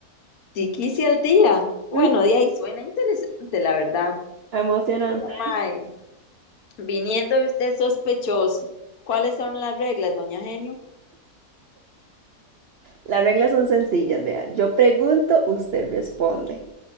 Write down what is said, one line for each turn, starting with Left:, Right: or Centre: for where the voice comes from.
Left: sí quise al día. Bueno,
Right: mm,
Left: de ahí suena interesante, la verdad.
Right: Emocionante.
Left: Pero, mae, viniendo de usted sospechoso, ¿cuáles son las reglas, doña Genio?
Right: Las reglas son sencillas, vea. Yo pregunto, usted responde.